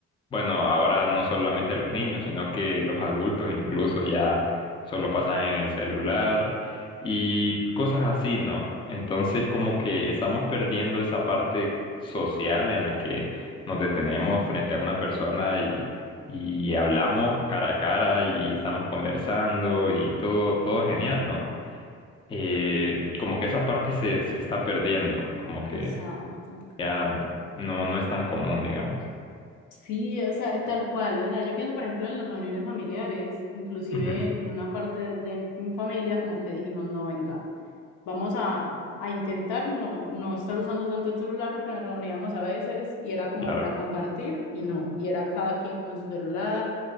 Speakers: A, on the left (about 15°); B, on the left (about 75°).
A: bueno, ahora no solamente los niños, sino que los adultos incluso ya solo pasan en el celular y cosas así, ¿no? Entonces como que estamos perdiendo esa parte social en la que nos detenemos frente a una persona y, y hablamos cara a cara y estamos conversando y todo, todo genial, ¿no? Eh, como que esa parte se, se está perdiendo, como que
B: exacto.
A: ya no, no es tan común, digamos.
B: Sí, o sea, tal cual. O sea, yo pienso, por ejemplo, en las reuniones familiares, inclusive
A: Ujú,
B: en una parte de mi familia, como que dijimos, no, venga. vamos a, a intentar no, no estar usando tanto el celular porque nos reuníamos a veces y era como
A: Claro.
B: para compartir y no, y era cada quien como en su celular